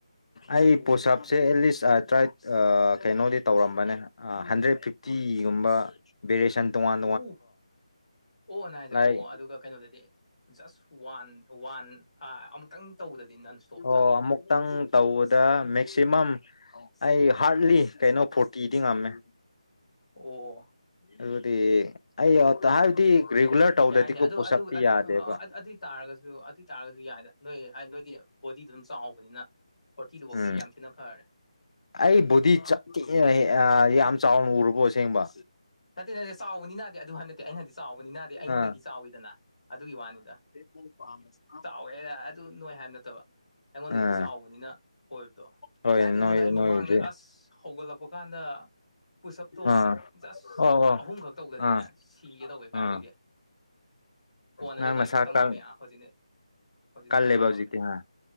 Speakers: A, on the left (about 70°); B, on the left (about 85°).
A: ꯑꯩ ꯄꯨꯁꯑꯞꯁꯦ ꯑꯦꯠꯂꯤꯁ ꯇ꯭ꯔꯥꯏꯠ ꯑ ꯀꯩꯅꯣꯗꯤ ꯇꯧꯔꯝꯕꯅꯦ ꯑꯩ ꯍꯟꯗ꯭ꯔꯦꯠ ꯐꯤꯐꯇꯤꯒꯨꯝꯕ ꯕꯦꯔꯦꯁꯟ ꯇꯣꯡꯉꯥꯟ
B: ꯎ ꯑꯣ ꯅꯪ ꯍꯥꯏꯖꯦ
A: ꯂꯥꯏꯛ
B: ꯑꯣ ꯑꯗꯨꯒ ꯀꯩꯅꯣꯗꯗꯤ ꯖꯁ ꯋꯥꯟ ꯋꯥꯟ ꯑꯃꯨꯛꯇꯪ ꯇꯧꯕꯗꯗꯤ ꯅꯟ ꯏꯁꯇꯣꯞꯇ
A: ꯑꯣ ꯑꯃꯨꯛꯛꯇꯪ ꯇꯧꯕꯗ ꯃꯦꯛꯁꯤꯃꯝ ꯑꯩ ꯍꯥꯔꯠꯂꯤ ꯀꯩꯅꯣ ꯐꯣꯔꯇꯤꯗꯤ ꯉꯝꯃꯦ
B: ꯑꯣ
A: ꯑꯗꯨꯗꯤ ꯑꯩ ꯇ ꯍꯥꯏꯕꯗꯤ ꯔꯤꯒꯨꯂ꯭ꯔ ꯇꯧꯗ꯭ꯔꯗꯤꯀꯣ
B: ꯌꯥꯏꯅꯦ ꯑꯗꯣ
A: ꯄꯨꯁ
B: ꯑꯗꯨ
A: ꯑꯞꯇꯤ
B: ꯑꯗꯨ
A: ꯌꯥꯗꯦꯕ
B: ꯑꯗꯨꯏ ꯇꯥꯔꯒꯁꯨ ꯑꯗꯨꯏ ꯇꯥꯔꯒꯁꯨ ꯌ ꯌꯥꯏꯗ ꯅꯣꯏ ꯍꯥꯏ ꯅꯣꯏꯗꯤ ꯕꯣꯗꯤꯗꯨ ꯑꯗꯨꯝ ꯆꯥꯎꯕꯅꯤꯅ ꯐꯣꯔꯇꯤꯗꯨꯐꯥꯎꯗꯗꯤ
A: ꯎꯝ
B: ꯌꯥꯝ ꯊꯤꯅ ꯐꯔꯦ
A: ꯑꯩ ꯕꯣꯗꯤ ꯆ ꯊꯤꯔꯦꯍꯦ ꯑ ꯌꯥꯝ ꯆꯥꯎꯅ ꯎꯔꯕꯣ ꯑꯁꯦꯡꯕ
B: ꯅꯠꯇꯦ ꯅꯠꯇꯦ ꯆꯥꯎꯕꯅꯤ ꯅꯥꯗꯦ ꯑꯗꯨ ꯍꯥꯏꯕ ꯅꯠꯇꯦ ꯑꯩꯅ ꯍꯥꯏꯗꯤ ꯆꯥꯎꯕꯅꯤꯅꯥꯗꯤ ꯑꯩꯉꯣꯟꯗꯩꯗꯤ
A: ꯑꯥ
B: ꯆꯥꯎꯏꯗꯅ ꯑꯗꯨꯒꯤ ꯋꯥꯅꯤꯗ
A: ꯑꯩꯅ ꯄꯥꯝꯕꯁꯨ
B: ꯍꯣꯏꯗ ꯑꯗꯨ ꯅꯣꯏ ꯍꯥꯏꯕ ꯅꯠꯇꯕ ꯑꯩꯉꯣꯟꯗꯩꯗꯤ
A: ꯑꯥ
B: ꯆꯥꯎꯕꯅꯤꯅꯤ ꯑꯣꯏꯕꯗꯣ
A: ꯍꯣꯏ
B: ꯀꯥꯏꯗꯩꯅꯣꯗ
A: ꯅꯣꯏ
B: ꯑꯩ
A: ꯅꯣꯏꯗꯤ
B: ꯃꯃꯥꯡꯗ ꯑꯁ ꯍꯧꯒꯠꯂꯛꯄ ꯀꯥꯟꯗ ꯄꯨꯁꯑꯞꯇꯣ
A: ꯑꯥ
B: ꯖꯁ
A: ꯑꯣ ꯑꯣ
B: ꯑꯍꯨꯝꯈꯛ ꯇꯧꯗꯅꯤꯅꯦ
A: ꯑꯥ
B: ꯁꯤꯒꯦ ꯇꯧꯋꯦ ꯀꯥꯏꯗꯒꯤ
A: ꯑꯥ
B: ꯀꯣꯟꯅꯗꯤ
A: ꯅꯪ
B: ꯑꯗꯨꯃꯥꯏꯅ
A: ꯅꯁꯥ
B: ꯇꯞ ꯇꯞ
A: ꯀ
B: ꯉꯝꯃꯦ ꯑ ꯍꯧꯖꯤꯛꯅꯦ ꯍꯧꯖꯤꯛꯇꯤ
A: ꯀꯜꯂꯦꯕ
B: ꯐꯅꯌꯥꯝ
A: ꯍꯧꯖꯤꯛꯇꯤ
B: ꯉꯝꯃꯦ
A: ꯍꯥ